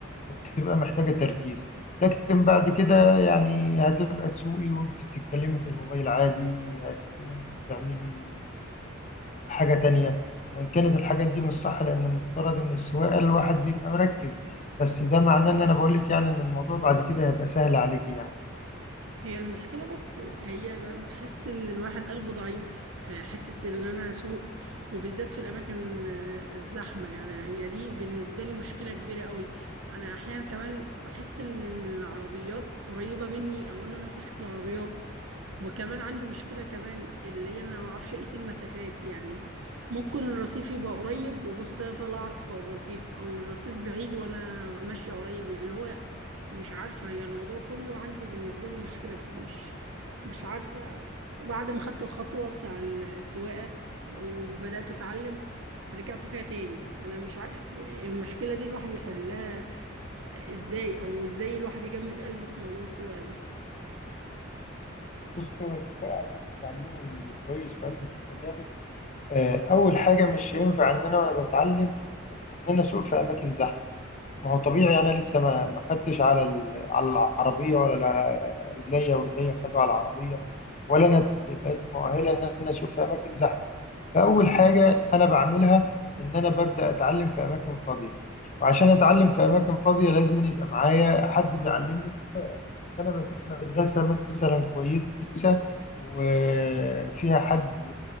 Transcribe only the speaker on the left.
وبتبقى محتاجة تركيز لكن بعد كده يعني هتبقى تسوقي وانت بتتكلمي في الموبايل عادي هتسوقي وانت بتعملي حاجة تانية وإن كانت الحاجات دي مش صح لأن المفترض إن السواقة الواحد بيبقى مركز بس ده معناه إن أنا بقولك يعني إن الموضوع بعد كده هيبقى سهل عليكي يعني
بصي هو السواقة عشان تتعلمي كويس وقلبك يبقى جامد آه، أول حاجة مش هينفع إن أنا وأنا بتعلم إن أنا أسوق في أماكن زحمة ما هو طبيعي انا لسه ما ما خدتش على ال- على العربيه ولا رجليا ورجليا خدوا على العربيه ولا انا بقيت مؤهله ان انا اسوق في اماكن زحمه فاول حاجه انا بعملها ان انا ببدا اتعلم في اماكن فاضيه وعشان اتعلم في اماكن فاضيه لازم أن يبقى معايا حد بيعلمني السواقه. أنا بشوف مدرسة مثلا كويسة وفيها حد